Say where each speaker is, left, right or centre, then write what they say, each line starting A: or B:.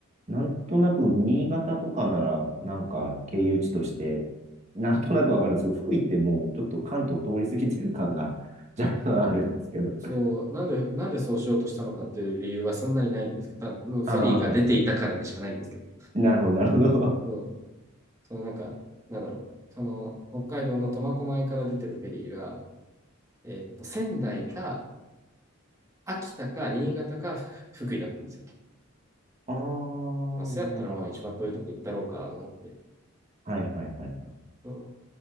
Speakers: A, on the right; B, on the right.
A: なんとなく新潟とかなら、なんか経由地として、なんとなくわかるんですけど、福井ってもうちょっと関東通り過ぎてる感が若干あるんですけど。
B: そう、なんで、なんでそうしようとしたのかっていう理由はそんなにないんですけど、だもうフェリーが出ていたからでしかないんですけど、
A: ああ、はいはい。なるほど、なるほど。<laughs> あ
B: そうそのなんか、なんだろう、その北海道の苫小牧から出てるフェリーが、えーっと、仙台か秋田か新潟か福井だったんですよ。
A: あ、なるほど、
B: まあ、そやったらまあ一番遠いとこ行ったろうか思って。
A: なるほど。はいはいはい。
B: そ